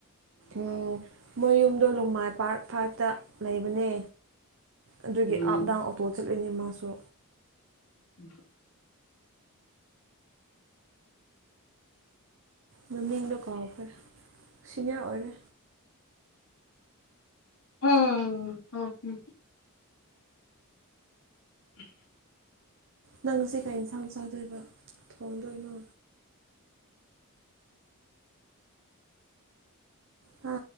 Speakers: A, on the right; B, on the left.
A: ꯎꯝ ꯃꯣꯏ ꯌꯨꯝꯗꯣ ꯂꯣꯡꯃꯥꯏ ꯄꯥꯔꯠ ꯐꯥꯏꯐꯇ ꯂꯩꯕꯅꯦ ꯑꯗꯨꯒꯤ
B: ꯎꯝ
A: ꯑꯞ ꯗꯥꯎꯟ ꯑꯣꯇꯣ ꯆꯠꯂꯤꯅꯦ ꯃꯥꯁꯨ
B: <unintelligible>
A: ꯃꯃꯤꯡꯗꯣ ꯀꯥꯎꯈꯔꯦ ꯁꯤꯅꯤꯌꯥꯔ ꯑꯣꯏꯔꯦ
B: ꯎꯝ ꯎꯝ ꯍꯨꯝ <inaudible>
A: ꯅꯪꯁꯦ ꯀꯩ ꯌꯦꯟꯁꯥꯡ ꯆꯥꯗꯣꯏꯕ ꯊꯣꯡꯗꯣꯏꯅꯣ ꯍꯥ